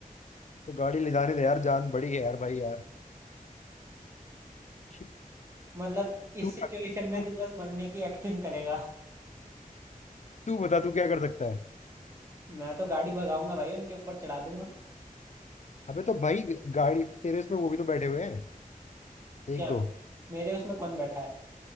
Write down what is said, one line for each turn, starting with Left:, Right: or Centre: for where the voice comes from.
Left: तो गाड़ी ले जाने दे यार जान बड़ी है यार भाई यार तू
Right: मतलब इस
Left: क्या
Right: सिचुएशन में
Left: तू
Right: तू बस मरने की एक्टिंग करेगा
Left: तू बता तू क्या कर सकता है
Right: मैं तो गाड़ी भगाऊंगा भाई उनके ऊपर चढ़ा दूंगा
Left: अबे तो भाई गाड़ी तेरे इसमें वो भी तो बैठे हुए हैं एक
Right: क्या
Left: दो
Right: मेरे उसमें कौन बैठा है